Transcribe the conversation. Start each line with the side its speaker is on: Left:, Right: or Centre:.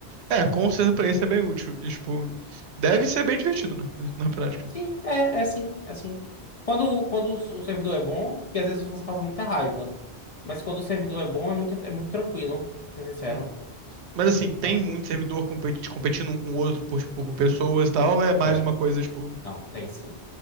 Right: É, com certeza pra isso é bem útil. E, tipo, deve ser bem divertido, né? Na, na prática.
Left: Sim, é, é sim é sim Quando, quando o o servidor é bom, porque às vezes você passa muita raiva. Mas quando o servidor é bom, é muito, é muito tranquilo, pra ser sincero,
Right: Uhum. Mas assim, tem
Left: sabe?
Right: muito servidor competi- competindo um com o outro por, tipo, por pessoas e tal. É mais
Left: Tem.
Right: uma coisa, tipo.
Left: Não, tem sim.